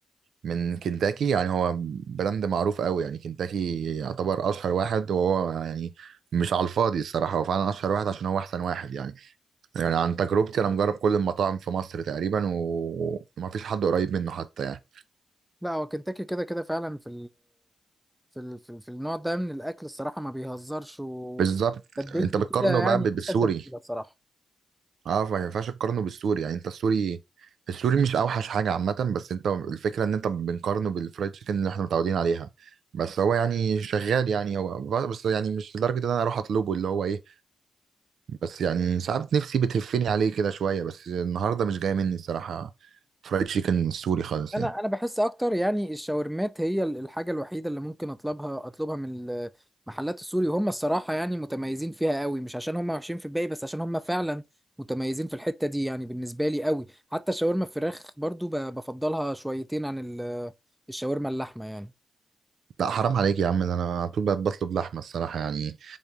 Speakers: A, on the right; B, in the centre.
A: من كنتاكي يعني هو براند معروف قوي يعني كنتاكي يعتبر اشهر واحد وهو يعني مش على الفاضي الصراحه هو فعلا اشهر واحد عشان هو احسن واحد يعني يعني عن تجربتي انا مجرب كل المطاعم في مصر تقريبا و- ومفيش حد قريب منه حتى يعني
B: لا هو كنتاكي كده كده فعلا في في ال- في ال- في النوع ده من الاكل الصراحه ما بيهزرش وتتبيلته
A: بالظبط انت بتقارنه
B: كده يعني
A: بقى بالسوري
B: احسن تتبيله صراحه
A: اه فما ينفعش تقارنه بالسوري يعني انت السوري السوري مش اوحش حاجه عامه بس انت الفكره ان انت بنقارنه بالفرايد تشيكن اللي احنا متعودين عليها بس هو يعني شغال يعني هو بس يعني مش لدرجه ان انا اروح اطلبه اللي هو ايه بس يعني ساعات نفسي بتهفني عليه كده شويه بس النهارده مش جاي مني الصراحه فرايد تشيكن السوري خالص
B: انا
A: يعني
B: انا بحس اكتر يعني الشاورمات هي ال- الحاجه الوحيده اللي ممكن اطلبها اطلبها من المحلات السوري هم الصراحه يعني متميزين فيها قوي مش عشان هم وحشين في الباقي بس عشان هم فعلا متميزين في الحته دي يعني بالنسبه لي قوي حتى شاورما الفراخ برضو ب- بفضلها شويتين عن ال- الشاورما اللحمه يعني
A: لا حرام عليك يا عم ده انا على طول بقى بطلب لحمه الصراحه يعني